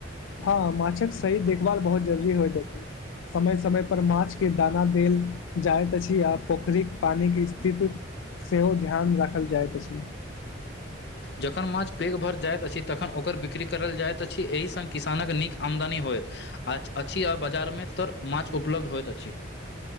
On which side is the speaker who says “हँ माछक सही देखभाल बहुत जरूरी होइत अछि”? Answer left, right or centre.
Left